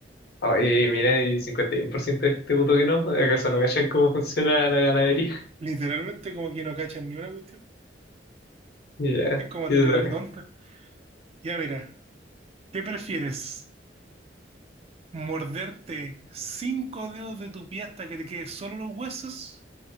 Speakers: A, on the left (about 60°); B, on the right (about 35°).
A: Oye, mira, y 51% de gente votó que no. ¿Acaso no cachan cómo funciona la ganadería? <laughs>
B: Literalmente como que no cachan ni una cuestión.
A: Y ya,
B: Este es como
A: ¿qué
B: terrible
A: te toca?
B: tonta. Ya mira, ¿qué prefieres? ¿Morderte cinco dedos de tu pie hasta que te queden solo los huesos?